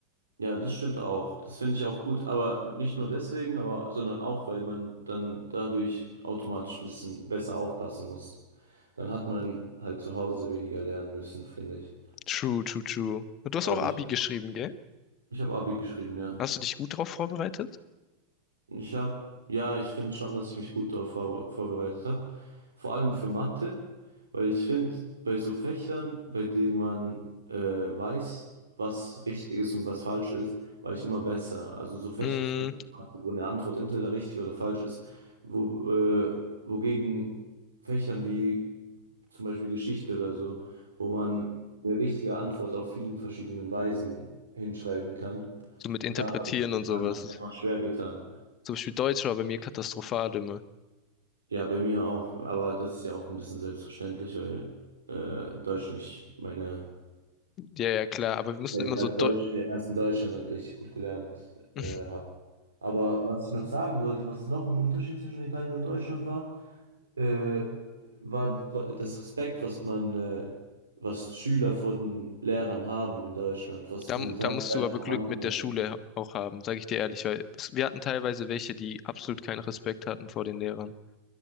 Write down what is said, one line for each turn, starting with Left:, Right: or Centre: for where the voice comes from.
Right: Ja, das stimmt auch. Das finde ich auch gut, aber nicht nur deswegen, aber sondern auch, weil man dann dadurch automatisch ein bisschen besser aufpassen muss. Dann hat man halt zu Hause weniger lernen müssen, finde ich.
Left: True, true, true. Und du hast
Right: Dadurch,
Left: auch Abi geschrieben, gell?
Right: ich habe Abi geschrieben, ja.
Left: Hast du dich gut drauf vorbereitet?
Right: Ich habe, ja, ich finde schon, dass ich mich gut darauf vorbe vorbereitet habe. Vor allem für Mathe, weil ich finde, bei so Fächern, bei denen man äh, weiß, was richtig ist und was falsch ist, war ich immer besser. Also so Fächer
Left: Mm,
Right: zum Beispiel, Mathe, wo eine Antwort entweder richtig oder falsch ist, wo, äh, wogegen Fächern wie zum Beispiel Geschichte oder so, wo man eine richtige Antwort auf vielen verschiedenen Weisen hinschreiben kann,
Left: so mit Interpretieren
Right: da habe ich,
Left: und sowas.
Right: hab ich mir immer schwer getan.
Left: Zum Beispiel Deutsch war bei mir katastrophal immer.
Right: Ja, bei mir auch, aber das ist ja auch ein bisschen selbstverständlich, weil äh, Deutsch nicht meine,
Left: Ja, ja, klar, aber wir mussten
Right: weil
Left: immer
Right: ich halt
Left: so Deu
Right: Deutsch äh, erst in Deutschland dann richtig gut gelernt
Left: <laughs>
Right: äh, habe. Aber was ich noch sagen wollte, was noch ein Unterschied zwischen Italien und Deutschland war, äh, war, war das Respekt, was man, äh, was Schüler vor den Lehrern haben in Deutschland, was
Left: Da,
Right: in Italien
Left: da musst
Right: gar
Left: du
Right: nicht
Left: aber
Right: vorhanden
Left: Glück mit
Right: war.
Left: der Schule auch haben, sage ich dir ehrlich, weil es- wir hatten teilweise welche, die absolut keinen Respekt hatten vor den Lehrern.